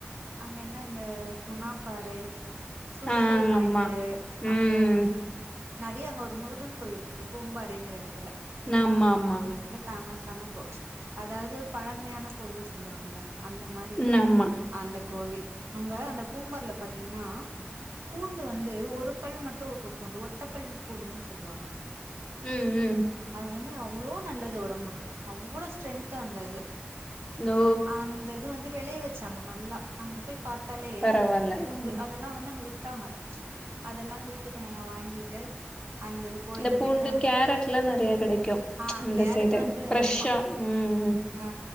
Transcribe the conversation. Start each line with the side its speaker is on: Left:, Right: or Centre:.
Right: அங்க என்ன இந்த குணா பாறை, சூசைட்
Left: ஆ
Right: பாய்ண்ட்டு
Left: ஆமா. ம்.
Right: அப்பறோ நெறைய அங்க ஒரு முருகன் கோவில்ருக்கு பூம்பாறைங்கிற எடத்துல ஒரு
Left: ஆமாமா.
Right: முருகன் கோவில்
Left: ஆமா.
Right: வந்து ஃபேமஸான கோ அதாவது பழமையான கோவில் சொல்லுவாங்கள அந்த மாரி
Left: ம், ஆமா.
Right: அந்த கோவில் அங்க அந்த பூம்பர்ல பாத்தீங்கன்னா பூண்டு வந்து ஒரு பல் மட்டோ ஒரு பூண்டு ஒத்த பல் பூண்டுன்னு சொல்லுவாங்க
Left: ம் ம்
Right: அது வந்து அவ்ளோ நல்லது ஒடம்புக்கு அவ்ளோ ஸ்ட்ரென்த்து அந்த இது
Left: ஓ!
Right: அந்த இது வந்து வெளைய வெச்சாங்க நல்லா அங்கட்டு போய் பாத்தாலே
Left: பரவால்ல.
Right: அந்
Left: ம்.
Right: அதெல்லா வந்து அங்க வித்தாங்க அதெல்லா வீட்டுக்கு நாங்க வாங்கிட்டு அந்த கோயிலுக்கு
Left: இந்த பூண்டு
Right: போய்ட்டு அங்க
Left: கேரட்ல்லா நறைய கெடைக்கு
Right: ஆ
Left: இந்த
Right: கேரட்
Left: சைடு
Right: வந்து
Left: ஃப்ரெஷ்ஷா
Right: ஆமா
Left: ம்
Right: ஆ